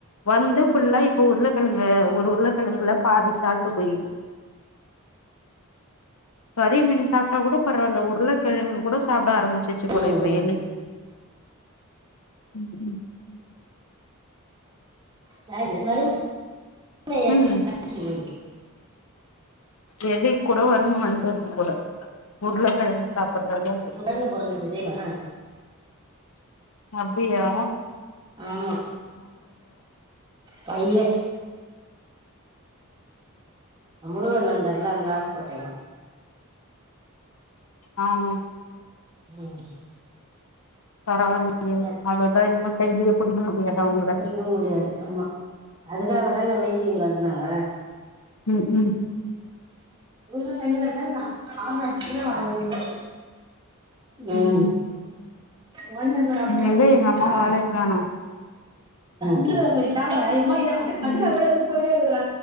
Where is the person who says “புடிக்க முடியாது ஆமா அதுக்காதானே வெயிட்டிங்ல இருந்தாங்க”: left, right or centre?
Right